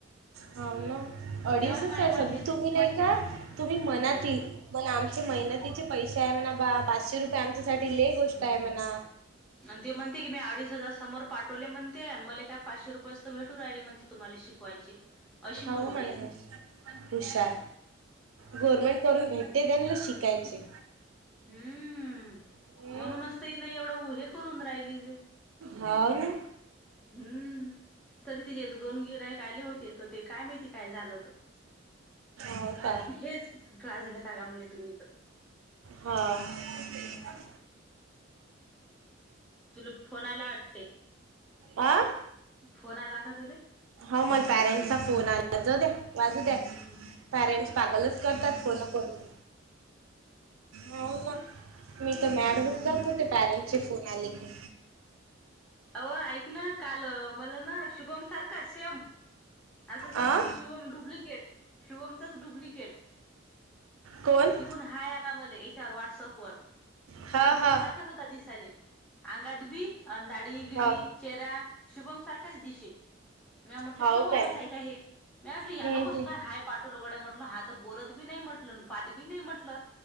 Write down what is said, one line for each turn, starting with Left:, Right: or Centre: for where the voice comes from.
Right: हाव ना अडीचच
Centre: तेव्हाच माय
Right: आहे सगं
Centre: मन हेच
Right: तुम्ही नाही का तुम्ही मनातील
Centre: हम्म
Right: मणा आमचे मेहनतीचे पैशे आहे म्हणा बा पाचशे रुपये आमच्यासाठी ले गोष्ट आहे म्हणा.
Centre: आणि ते म्हणते की मी अडीच हजार समोर पाठवले म्हणते मला काय पाचशे रुपये त भेटू राहिले म्हणते तुम्हाले शिकवायचे अशी
Right: हो
Centre: म्हणू
Right: म्हणा
Centre: राहिली.
Right: हुशार
Centre: हम्म
Right: गव्हर्मेंट करून भेटते त्यांला शिकायचे.
Centre: हम्म
Right: हम्म
Centre: म्हणूनचत नाही एवढं उ हे करून राहिली ते.
Right: हाव ना.
Centre: हम्म तरी तिजे तर दोन गिराईक आले होते तर ते काय माहिती काय झालतं.
Right: हो का
Centre: हेच क्लास घेता का म्हणे तुम्ही तर.
Right: हा हम्म.
Centre: तुले फोन आला वाटते.
Right: आं
Centre: फोन आला का तु
Right: हाव मला पॅरेंट्सचा फोन आला जाऊ द्या वाजू द्या.
Centre: हम्म
Right: पॅरेंट्स पागलच करतात फोनं परवं हाव ना मी तर मॅड
Centre: हम्म
Right: होऊन जाते ते पॅरेंटसची फोन आले की.
Centre: अव ऐकना काल मला ना शुभम सारखा सेम असं समज
Right: आ
Centre: की शुभम डुप्लिकेट शुभमचाच डुप्लिकेट
Right: कोण
Centre: कून हाय आला मले याच्यावर व्हॉट्सअप वर
Right: हा
Centre: शुभम
Right: हा
Centre: सारखाच होता दिसायले. अंगात बी आन दाढी बिडी
Right: हा
Centre: चेहरा शुभम सारखाच दिशे. मी म्हटलं
Right: हाव
Centre: शुभमच
Right: काय
Centre: आहे का हे? मी म्हटलं या
Right: हम्म
Centre: नो कसं
Right: हम्म
Centre: काय हाय पाठवलं गड्या म्हटलं हा तर बोलत बी नाही म्हटलं पात बी नाही म्हटलं.